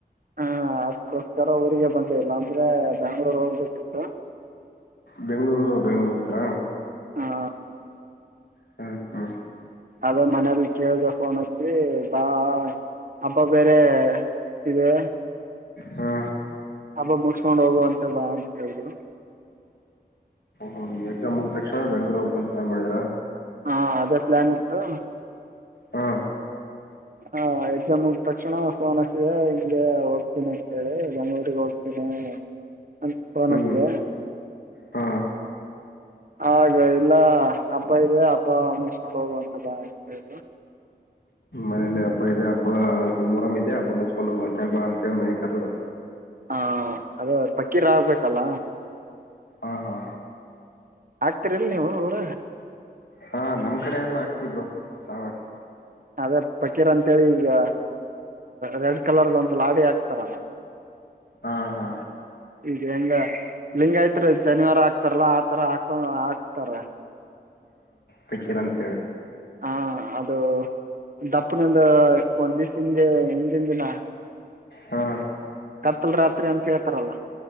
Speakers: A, on the right; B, on the left.
A: ಹಾ ಅದ್ಕೋಸ್ಕರ ಊರಿಗೆ ಬಂತ. ಇಲ್ಲಾಂದ್ರೆ ಬಂಗಳೂರು ಹೋಗ. ತ್ತಾ.
B: ಬೆಂಗ್ಳೂರು ಬೆಂಗ್ಳೂರು ಹೋಗ್ತಾರಾ.
A: ಹಾ.
B: ಹ್ಮ ಹ್ಮ.
A: ಅದ ಮನೇಲಿ ಕೇಳ್ದ ಫೋನ್. ಸ ಬಾ. ಹಬ್ಬ ಬೇರೆ ಇದೆ.
B: ಹಾ.
A: ಹಬ್ಬಬ್ ಮುಗಸ್ಕೊಂಡ್ ಹೋಗುವಂತ ಬಾ ಅಂತ ಹೇಳಿದ್ರು.
B: ಹ ಎಕ್ಾಮ್ ಮುಗ್ಕ್ಷ ಬೆಂಗಳೂರು ಹೋಗಬೇಕಂತ ಪಲನ್ ಮಾಡಾರಾ.
A: ಹಾ ಅದೇ ಪ್ಲಾನ್ ಇತ್ತು.
B: ಹಾ.
A: ಹಾ ಎಕ್ಸಾಮ್ ಮುಗ ತಕ್ಷಣ ಫೋನ್ ಹಸಿದೆ ಹಗೆ ಹೋಗ್ತೀನಿ ಅಂತೇಳಿ ಬೆಂಗ್ಗಳೂರಿಗೆ ಹೋಗ್ತೀನಿ ಅ ಫೋನ್
B: ಹ್ಮ್
A: ಹಚ್ಿದೆ.
B: ಹಾ
A: ಆ ಇಲ್ಲ ಅಪ್ಪ ಇದೆ ಅಪ್ಪ ಮುಸ್ಕೊಂಡ ಹೋಗುವಂತ ಬಾತರು.
B: ಮನೇೆಯಲ್ಲಿ ಹಬ್ಬ ಇದೆ ಹಬ್ಬ ಇದು ಮೊರಮ್ ಇದೆ ಹಬ್ಬ. ಮುಗಸ್ಕೊಂಡು ಹೋಗ ಅಂಂತ ಬಾ ಅಂತ ಮನೆ ಕರ್ದರು
A: ಹಾ ಅದೇ ಪಕ್ಕೀರ ಆಗ್ಬೇಕಲ್ಲ
B: ಹ ಹಾ
A: ಹಕ್ತೀರಿಲ್ ನೀವು ಊರ
B: ಹಾ ನಮ್ ಕಡೆ ಎಲ್ಲ ಆಗ್ತಿಬರು ಸಾವತ್ತು
A: ಅದೇ ಪಕೀರ್ ಅಂತೇಳಿ ಈಗ ರೆಡ್ ಕಲರ್ದ ಒಂದು ಲಾಡಿ ಹಾಕ್ತಾರಲ್ಲ
B: ಹಾ ಹಾ
A: ಈಗ ಹೆಂಗ ಲಿಂಗ ಆಯ್ತ್ರಿ ಜನಿವಾರ ಹಾಕ್ತಾರಲ್ಲಾ ಆತರ ಹಾಕೊಂಡ ಹಾಕ್ತಾರ
B: ಪಕೀರ ಅಂತೇಳಿ
A: ಹಾ ಅದು ದಪ್ಪನಂದ ಒಂದ್ ದಸ ಹಿಂದೆ ಹಿಂದಿಂದ ದಿನ
B: ಹಾ
A: ಕತ್ತಲ್ ರಾತ್ರಿ ಅಂತ ಹೇಳ್ತಾರಲ್ಲ